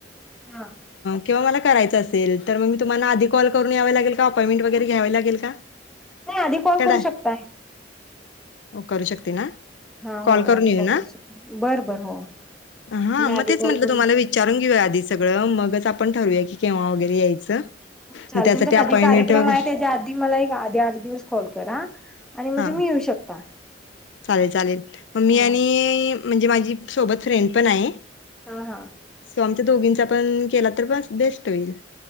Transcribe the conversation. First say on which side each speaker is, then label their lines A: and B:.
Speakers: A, in the centre; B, on the left.
A: हा
B: किंवा मला करायचं असेल तर मग मी तुम्हाला आधी कॉल करून यावे लागेल, का अपॉइंटेट वगैर घ्यावी लागेल का? <inaudible>
A: नाही आधी कॉल
B: काय
A: करू शकताय.
B: करू शकते ना.
A: हा हो
B: कॉल करून
A: आधी
B: येऊ ना,,
A: करू शकता बर बर हो
B: हा
A: तुम्ही
B: मग
A: आधी
B: तेच
A: कॉल
B: म्हटलं
A: करून
B: तुम्हाला विचारून विचारून घेऊया आधी सगळं, मगच आपण ठरूया की केव्हा वगैरे यायचं.
A: चालल
B: मग त्यासाठी
A: तुमचा
B: अपॉइंटमेंट
A: कधी कार्यक्रम
B: वगैरे
A: आहे, त्याच्या आधी मला एक आधी आठ दि दिवस कॉल करा, आणि मग
B: हा
A: तुम्ही येऊ शकता.
B: चालेल चालेल, म मी
A: हा
B: आणि म्हणजे माझी सोबत फ्रेंड पण आहे
A: हा हा.
B: सो आमच्या दोघींचा पण केला तरी पण बेस्ट होईल.